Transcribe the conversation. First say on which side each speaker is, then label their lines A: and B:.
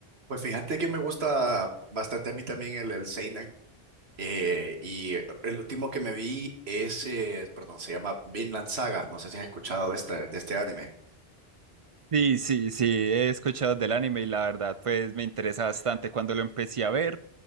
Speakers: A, on the right (about 85°); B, on the right (about 50°).
A: Pues fíjate que me gusta bastante a mí también el, el seinen. Eh, y el último que me vi es, eh, perdón, se llama Vinland Saga. No sé si has escuchado de este, de este anime.
B: Sí, sí, sí, he escuchado del anime y la verdad, pues me interesa bastante. Cuando lo empecé a ver,